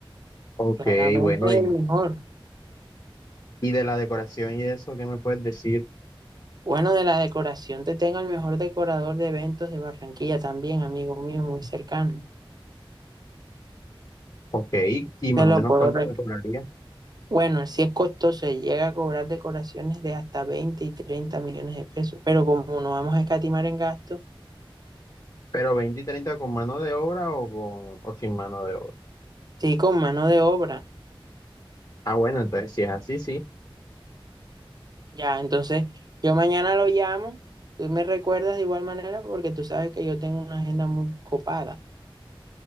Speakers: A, on the left; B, on the right.
A: Ok,
B: Claramente
A: bueno,
B: es
A: y,
B: el mejor.
A: y de la decoración y eso, ¿qué me puedes decir?
B: Bueno, de la decoración te tengo el mejor decorador de eventos de Barranquilla también, amigo mío, muy cercano.
A: Ok, y más
B: Te lo
A: o menos
B: puedo...
A: cuánto
B: re-
A: me cobraría,
B: Bueno, si es costoso, y llega a cobrar decoraciones de hasta 20 y 30 millones de pesos, pero como no vamos a escatimar en gastos,
A: pero veinte y treinta con mano de obra o, con, o sin mano de obra.
B: sí, con mano de obra.
A: Ah, bueno, entonces si es así, sí.
B: Ya, entonces yo mañana lo llamo, tú me recuerdas de igual manera porque tú sabes que yo tengo una agenda muy copada.